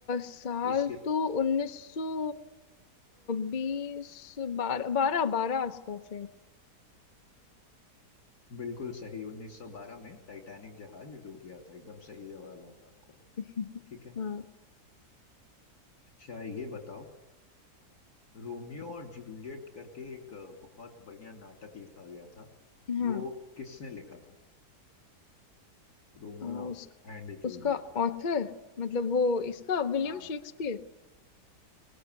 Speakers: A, on the left; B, on the left.
A: साल
B: उसके
A: तो उन्नीस सौ बीस बारह बारह बारह आसपास है
B: बिल्कुल सही 1912 में टाइटैनिक जहाज डूब गया था एकदम सही जवाब है आपका
A: <laughs>
B: ठीक है
A: हाँ
B: अच्छा ये बताओ रोमियो और जूलियट करके एक अ, बहुत बढ़िया नाटक लिखा गया था
A: हाँ
B: वो किसने लिखा था Romeo
A: अ, उस
B: and
A: उसका
B: Juliet
A: ऑथर मतलब वो इसका विलियम
B: हाँ
A: शेक्सपियर